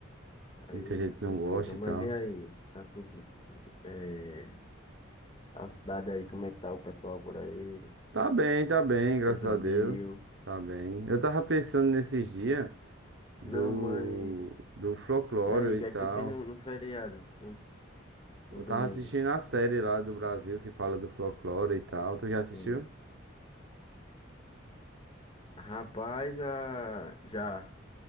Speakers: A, on the left; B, on the right.
A: Aí
B: Muita gente
A: complica.
B: não gosta
A: Mas
B: e tal.
A: e aí? Tá tudo. É... A cidade aí, como é que tá o pessoal por aí?
B: Tá bem, tá bem, graças
A: Os amigos.
B: a Deus. Tá bem. Eu tava pensando nesses dias do,
A: Não, mas.
B: do folclore
A: E aí, o que
B: e tal.
A: é que tu fez no, no feriado? No, no
B: Eu
A: domingo?
B: tava assistindo a série lá do Brasil que fala do folclore e tal. Tu já
A: Sim.
B: assistiu?
A: Rapaz, a... já